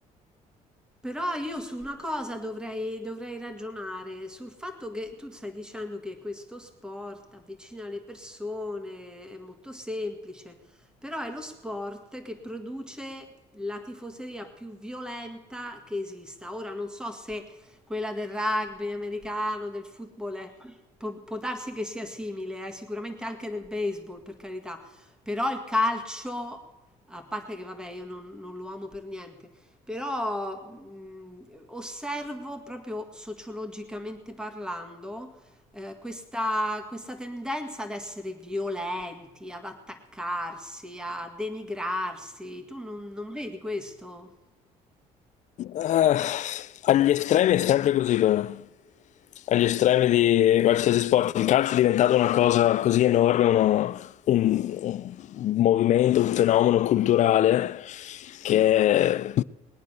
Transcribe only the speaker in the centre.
Però io su una cosa dovrei, dovrei ragionare, sul fatto che tu stai dicendo che questo sport avvicina le persone, è molto semplice, però è lo sport che produce la tifoseria più violenta che esista. Ora non so se quella del rugby americano, del football, è- può, può darsi che sia simile, eh, sicuramente anche del baseball, per carità, però il calcio, a parte che vabbè, io non non lo amo per niente. Però mh, osservo proprio sociologicamente parlando eh, questa, questa tendenza ad essere violenti, ad attaccarsi, a denigrarsi. Tu non, non vedi questo?